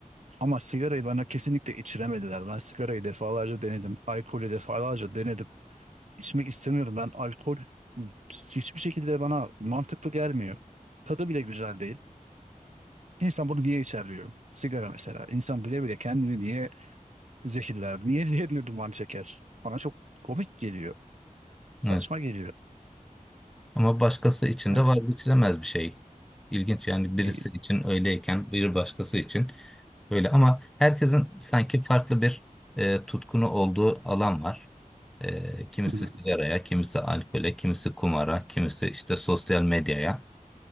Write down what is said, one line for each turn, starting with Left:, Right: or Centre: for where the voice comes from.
Right: Ama sigarayı bana kesinlikle içiremediler. Ben sigarayı defalarca denedim. Alkolü defalarca denedim. İçmek istemiyorum. Ben alkol hiçbir şekilde bana mantıklı gelmiyor. Tadı bile güzel değil. İnsan bunu niye içer diyorum. Sigara mesela. İnsan bile bile kendini niye zehirler, niye <laughs> yerine duman çeker? Bana çok komik geliyor. Saçma
Centre: evet.
Right: geliyor.
Centre: Ama başkası için
Right: Yani,
Centre: de vazgeçilemez bir şey. İlginç yani birisi
Right: e,
Centre: için öyleyken bir başkası için böyle ama herkesin sanki farklı bir e, tutkunu olduğu alan var. E, kimisi
Right: Hı
Centre: sigaraya, kimisi alkole, kimisi kumara, kimisi işte sosyal medyaya.